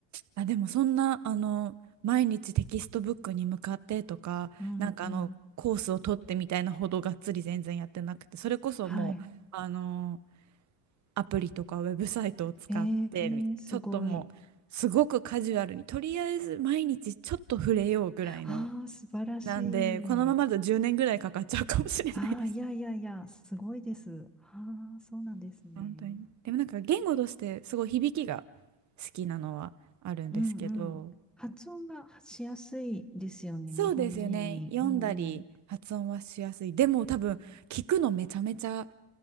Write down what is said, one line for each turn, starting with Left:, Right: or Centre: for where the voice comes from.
Right: あ、でもそんな、あの、毎日テキストブックに向かってとか、
Centre: うんうん。
Right: なんかあの、コースを取ってみたいなほどがっつり全然やってなくて、それこそもう、
Centre: はい。
Right: あの、アプリとかウェブサイトを使ってみ、
Centre: えー、すごい。
Right: ちょっともう、すごくカジュアルに、とりあえず毎日ちょっと触れようぐらいの、
Centre: ああ、素晴らし
Right: なんで、このままだと10年ぐらいかかっちゃうかもしれないです。
Centre: い。ああ、いやいやいや、すごいです。ああ、そうなんですね。
Right: <laughs> 本当に。でもなんか言語としてすごい響きが好きなのはあるんですけど、
Centre: うんうん。発音がしやすいですよね、
Right: そうですよね。
Centre: 日本人に。
Right: 読んだり発音はしやすい。
Centre: うんうん。
Right: でも多分聞くのめちゃめちゃ
Centre: うん